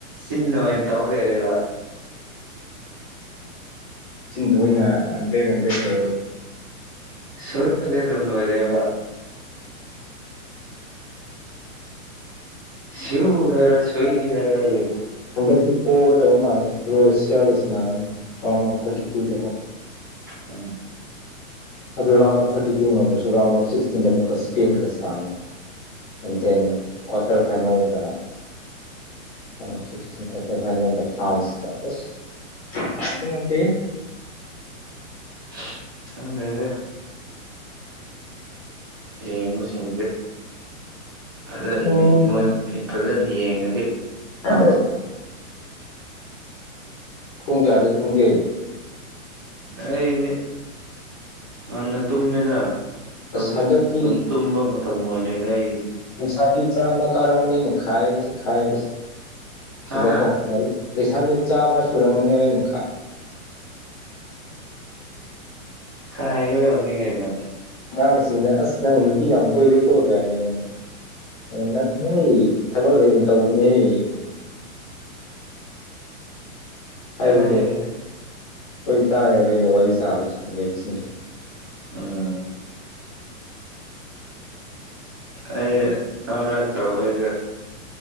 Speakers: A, on the right; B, on the left.
A: ꯆꯤꯟꯅ ꯑꯣꯏꯅ ꯇꯧꯅ ꯂꯩꯔꯦꯕ
B: ꯅꯦ ꯀꯇꯦ
A: ꯁꯣꯏꯗꯤ ꯑꯗꯨꯝ ꯂꯣꯏꯔꯦꯕ <inaudible> ꯁꯤ꯭ꯎ ꯍꯥꯏꯕ꯭ꯔꯥ ꯁꯏ ꯍꯥꯏꯕ꯭ꯔꯥꯒ
B: ꯑꯁꯨꯄꯣꯒꯧꯕ ꯃꯥꯦ ꯀ꯭ꯔꯣꯑꯁꯤꯌꯥꯒ ꯁ ꯒꯅꯤ ꯔꯥꯎꯟ ꯑꯣꯐ ꯊꯥꯔꯇꯤ ꯇꯨꯗꯀꯣ
A: ꯎꯝ
B: ꯑꯗꯨ ꯔꯥꯎꯟ ꯑꯣꯐ ꯊꯥꯔꯇꯤ ꯇꯨ ꯉꯝꯃꯁꯨ ꯔꯥꯎꯟ ꯑꯣꯐ ꯁꯤꯛꯁꯇꯤꯟꯗ ꯑꯃꯨꯛꯀ ꯏꯁꯄꯦꯟꯒ ꯆꯥꯉꯅꯤ ꯑꯦꯟ ꯗꯦꯟ ꯀ꯭ꯋꯥꯔꯇꯔ ꯐꯥꯏꯅꯦꯜꯗ ꯇ ꯀꯋꯥꯇꯔ ꯐꯥꯏꯜ ꯗ ꯐ꯭ꯔꯥꯟꯁ ꯀꯁ ꯑꯗꯨꯝ ꯉꯝꯗꯦ
A: <unintelligible> ꯑꯉꯗ ꯌꯦꯡꯕ ꯁꯤꯖ ꯐꯖꯅ
B: ꯑꯗꯨꯅꯤ
A: ꯃꯣꯏ ꯐꯖꯅ ꯌꯦꯡꯉꯗꯤ
B: ꯑ ꯀꯨꯡ ꯀꯌꯥꯗꯦ ꯇꯨꯡ ꯀꯦ
A: ꯑꯩꯗꯤ ꯅꯟꯅ ꯇꯨꯝꯃꯗ ꯍꯧꯖꯤꯛ
B: ꯑꯁ ꯍꯟꯗꯛꯇꯤ
A: ꯑꯗꯨꯝ ꯇꯨꯝꯕ ꯃꯇꯝ ꯑꯣꯏꯔꯦꯗ ꯑꯩ
B: ꯅꯨꯡꯁꯥꯕꯤ ꯆꯥꯝꯃ ꯀꯥꯔꯛꯝꯝꯕꯅꯤꯅ ꯈꯥꯏꯕꯁꯤ ꯈꯥꯏꯕꯕꯁꯤ ꯁꯤꯗꯀꯣ
A: ꯍꯥ ꯍꯥ
B: ꯂꯩꯁꯥꯃꯤ ꯆꯥꯝꯃ ꯁꯨꯔꯝꯃꯅꯦꯕꯩꯅ
A: ꯏꯒꯗ ꯍꯧꯅꯤꯒꯩꯅ
B: ꯑꯉꯥꯡꯁꯤꯡꯅ ꯑꯁ ꯅꯪ ꯅꯨꯄꯤ ꯌꯥꯝ ꯀꯣꯏꯔꯦꯀꯣ ꯀꯥꯏꯅ ꯑꯩꯉꯣꯟꯗ ꯑꯗꯨ ꯍ ꯊꯕꯛ ꯍ ꯑꯣꯏꯅ ꯇꯧꯕꯅꯦꯍ ꯍꯥꯏꯕꯗꯤ
A: ꯑ
B: ꯂꯣꯏ ꯇꯥꯏꯌꯦꯕ ꯑꯩꯅ ꯋꯥꯔꯤ ꯁꯥꯕꯁꯤꯗ ꯂꯩꯕꯁꯤꯡꯁꯨ
A: ꯎꯝ ꯑꯩꯌꯦ ꯑꯔꯥꯛ ꯇꯕ ꯏ